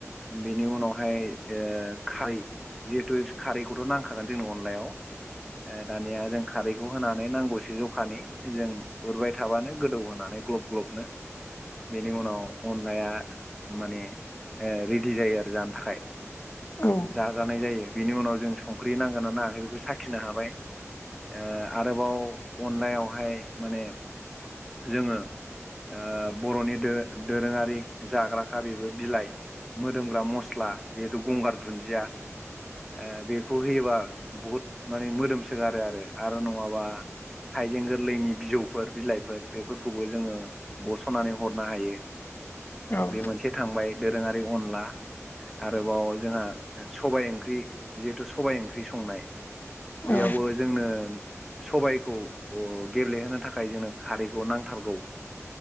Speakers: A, in the centre; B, on the left.
A: बेनि उनावहाय ओ खारै जिहेथु खारैखौथ' नांखागोन जोंनि अनलायाव ओ दानिया जों खारैखौ होनानै नांगौसो जखानि जों उरबाय थाबानो गोदौ होनानै ग्लब ग्लबनो, बेनि उनाव अनलाया माने ओ, रेडि जायो आरो जानो थाखाय,
B: औ
A: जाजानाय जायो बिनि उनाव जों संख्रि नांगोनना नाङाखै बेखौ साखिनो हाबाय, ओ आरोबाव अनलायावहाय माने जोङो, ओ बर'नि दोरो दोरोङारि जाग्राखा बेबो बिलाइ, मोदोमग्रा मस्ला जिहेथु गंगार दुन्दिया ओ बेखौ होयोबा, बहुद माने मोदोमसोगारो आरो आरो नङाबा, हाइजें गोरलैनि बिजौफोर बिलाइफोर बेफोरखौबो जोङो बस'नानै हरनो हायो।
B: औ
A: बे मोनसे थांबाय दोरोङारि अनला आरोबाव जोंहा सबाइ ओंख्रि जिहेथु सबाइ ओंख्रि संनाय
B: औ
A: बेयावबो जोंनो सबायखौ गेब्लेहोनो थाखाय जोंनो खारैखौ नांथारगौ।